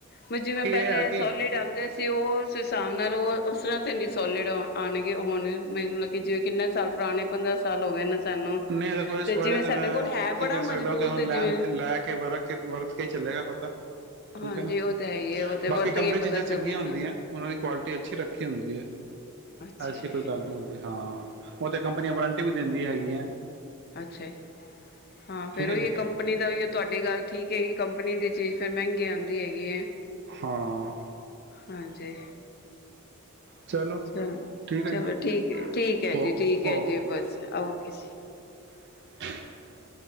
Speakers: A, on the left (about 45°); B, on the right (about 50°).
A: ਮੈ ਜਿਵੇਂ ਪਹਿਲੇ
B: ਇਹ ਹੈ ਕਿ
A: ਸੋਲਿਡ ਆਉਂਦੇ ਸੀ ਉਹ ਉਸ ਹਿਸਾਬ ਨਾਲ ਉਹ ਉਸ ਤਰ੍ਹਾਂ ਤੇ ਨੀ ਸੋਲਿਡ ਆਉਣਗੇ ਹੁਣ ਮਤਲਬ ਕਿ ਜਿਵੇਂ ਕਿੰਨੇ ਸਾਲ ਪੁਰਾਣੇ ਪੰਦਰਾਂ ਸਾਲ ਹੋ ਗਏ ਸਾਨੂੰ
B: ਨਹੀਂ ਦੇਖੋ ਇਸ ਬਾਰੇ
A: ਜਿਵੇਂ
B: ਤੇ
A: ਸਾਡੇ
B: ਮੈਂ
A: ਕੋਲ ਹੈ
B: ਕੀ
A: ਬੜਾ
B: ਕਹਿ ਸਕਦਾ
A: ਮਜ਼ਬੂਤ
B: ਕਿ ਹੁਣ
A: ਜਿਵੇਂ
B: ਲੈਣ ਲੈ ਕੇ ਵਰ ਕੇ ਵਰਤ ਕੇ ਹੀ ਚੱਲੇਗਾ ਪਤਾ ਠੀਕ
A: ਹਾਂਜੀ
B: ਹੈ ਨਾ
A: ਉਹ ਤਾਂ ਹੈ ਹੀ ਹੈ ਉਹ ਤੇ
B: ਬਾਕੀ
A: ਵਰਤ
B: ਕਮਰੇ
A: ਕੇ ਹੀ
B: ਚੀਜ਼ਾਂ
A: ਪਤਾ ਚੱਲਦੀ
B: ਚੰਗੀਆਂ ਹੁੰਦੀਆਂ
A: ਚੀਜ਼
B: ਉਹਨਾਂ ਦੀ ਕੁਆਲਿਟੀ ਅੱਛੀ ਰੱਖੀ ਹੁੰਦੀ ਹੈ
A: ਅੱਛਾ
B: ਐਸੀ
A: ਜੀ
B: ਕੋਈ ਗੱਲ ਨਹੀਂ ਹੁੰਦੀ ਹਾਂ ਉਹ ਤੇ ਕੰਪਨੀਆਂ ਵਾਰੰਟੀ ਵੀ ਦਿੰਦੀ ਹੈਗੀਆਂ
A: ਅੱਛਾ ਜੀ ਹਾਂ ਫੇਰ
B: ਠੀਕ
A: ਉਹੀ
B: ਹੈ ਜੀ
A: ਕੰਪਨੀ ਦਾ ਤੁਹਾਡੀ ਗੱਲ ਠੀਕ, ਕਿਈ ਕੰਪਨੀ ਦੀ ਚੀਜ਼ ਫਿਰ ਮਹਿੰਗੀ ਆਦੀ ਹੈਗੀ ਐ।
B: ਹਾਂ
A: ਹਾਂਜੀ
B: ਚਲੋ
A: ਚਲ
B: ਠੀਕ ਹੈ
A: ਚਲੋ
B: ਜੀ
A: ਠੀਕ ਹੈ, ਠੀਕ ਹੈ
B: ਓ
A: ਜੀ ਠੀਕ ਹੈ
B: ਓਕੇ
A: ਜੀ ਬਸ ਓ <unintelligible>
B: <inaudible>